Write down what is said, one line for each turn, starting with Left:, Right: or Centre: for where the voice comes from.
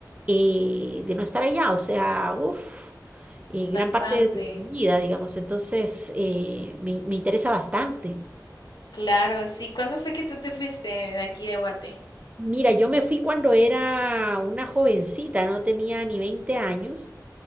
Right: eh, de no estar allá, o sea, uff, gran
Left: Bastante.
Right: parte de mi vida, digamos, entonces eh, me, me interesa bastante.
Left: Claro, sí. ¿Cuándo fue que tú te fuiste de aquí de Guate?
Right: Mira, yo me fui cuando era una jovencita, no tenía ni 20 años.